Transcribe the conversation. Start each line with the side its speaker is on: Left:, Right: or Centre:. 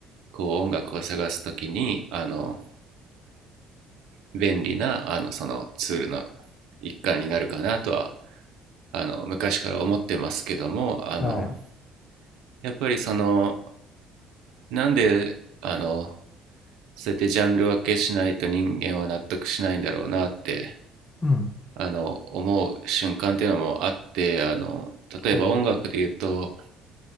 Right: こう音楽を探すときにあの便利なあのそのツールの一環になるかなとはあの昔から思ってますけどもあの
Left: い。はい。
Right: やっぱりそのなんであのそうやってジャンル分けしないと人間は納得しないんだろうなって
Left: うん。
Right: あの思う瞬間っていうのもあってあの例えば音楽で言うと
Left: おう